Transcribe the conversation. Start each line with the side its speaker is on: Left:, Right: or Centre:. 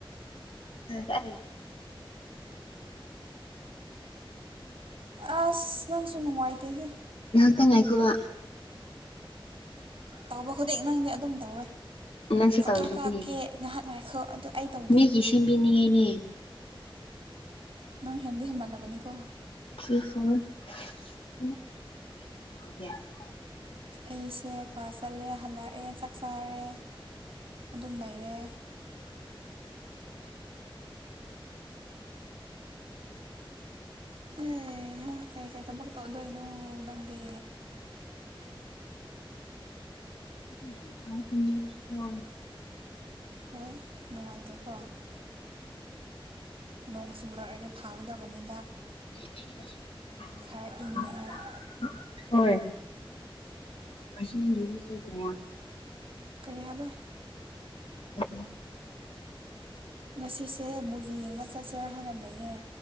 Left: ꯔ
Right: ꯑꯁ ꯅꯪꯁꯨ ꯅꯨꯡꯉꯥꯏꯇꯦꯍꯦ
Left: <unintelligible> <unintelligible> ꯉꯥꯏꯍꯥꯛꯇ ꯉꯥꯏꯈꯣꯒꯣ
Right: ꯇꯧꯕ ꯈꯨꯗꯤꯛ ꯅꯪꯗꯤ ꯑꯗꯨꯝ ꯇꯧꯋꯦ
Left: ꯅꯪꯁꯨ
Right: ꯐꯣꯇꯣ
Left: ꯇꯧꯔꯤꯗꯨꯗꯤ
Right: ꯀꯥꯞꯀꯦ ꯉꯥꯏꯍꯥꯛ ꯉꯥꯏꯈꯣ ꯑꯗꯨ ꯑꯩ ꯇꯧ
Left: ꯃꯤꯒꯤ ꯁꯦꯝꯕꯤꯅꯤꯉꯥꯢꯅꯦ
Right: ꯅꯪ ꯍꯦꯟꯗꯤ ꯍꯦꯃꯜꯂꯕꯅꯤ ꯀꯣ
Left: ꯒ <unintelligible> <unintelligible>
Right: ꯑꯩꯁꯦ ꯀ꯭ꯂꯥꯁ ꯆꯠꯂꯦ ꯍꯜꯂꯛꯑꯦ ꯆꯥꯛ ꯆꯥꯔꯦ ꯑꯗꯨꯝ ꯂꯩꯔꯦ ꯍꯩꯍꯥ ꯀꯩ ꯀꯩ ꯊꯕꯛ ꯇꯧꯗꯣꯏꯅꯣ ꯅꯪꯗꯤ
Left: ꯑꯁꯤꯁꯦ ꯌꯥꯝ ꯁꯥꯏ ꯇꯨꯝꯅꯤꯡꯕꯁꯨ ꯐꯥꯎꯋꯦ
Right: ꯍꯣꯏ ꯅꯨꯡꯉꯥꯏꯇꯦꯀꯣ ꯅꯣꯡ ꯆꯨꯔꯛꯑꯗꯤ ꯐꯥꯒꯗꯕꯅꯤ
Left: ꯑꯦꯗꯤ ꯉꯁꯤꯗꯤ ꯆꯗꯖ <unintelligible>
Right: ꯈꯔ ꯏꯪꯅꯉꯥꯏ
Left: ꯍꯣꯏ ꯃꯁꯤ <unintelligible> <unintelligible>
Right: ꯀꯔꯤ ꯍꯥꯏꯕ
Left: ꯎꯝ <inaudible>
Right: ꯉꯁꯤꯁꯦ ꯃꯨꯚꯤ ꯌꯦꯡꯕ ꯆꯠꯁꯤꯔꯥ ꯍꯥꯏꯅ ꯂꯩꯌꯦ